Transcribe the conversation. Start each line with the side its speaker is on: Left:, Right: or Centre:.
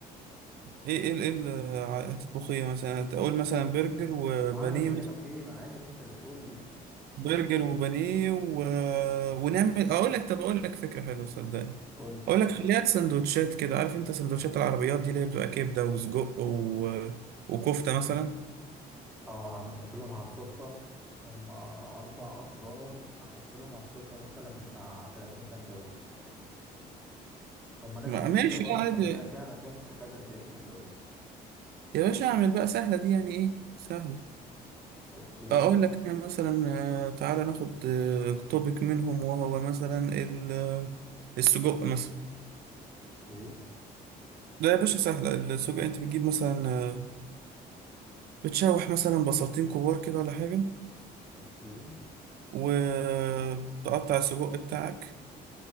Right: ايه ايه ايه اللي هتطبخ ايه مثلا تقول مثلا برجر وبانيه
Centre: ما انا بكلمك
Right: مثلا
Centre: ليه ما انا عايزك انت اللي تقول لي
Right: برجر وبانيه و... ونعمل اقول لك طب اقول لك فكره حلوه صدقني
Centre: <laughs> قول لي
Right: اقول لك خليها سندوتشات كده عارف انت سندوتشات العربيات دي اللي هي بتبقى كبده وسجق و... وكفته مثلا
Centre: اه عم احط لهم على السفره هم اربع افراد احط لهم على السفره مثلا بتاع 30 سندوتش <laughs> هم ناس
Right: ما-
Centre: اكيله
Right: ماشي
Centre: برضو
Right: اه عادي
Centre: خلي بالك لا انا كده ممكن احتاج 40 سندوتش
Right: يا باشا اعمل بقى سهله دي يعني ايه سهله
Centre: اوكي
Right: اقول لك انا مثلا آه، تعالى ناخد توبيك منهم وهو مثلا ال- السجق مثلا
Centre: اوكي
Right: لا يا باشا سهلة السجق انت بتجيب مثلا آه، بتشوح مثلا بصلتين كبار كده ولا حاجة
Centre: اوكي
Right: وتقطع السجق بتاعك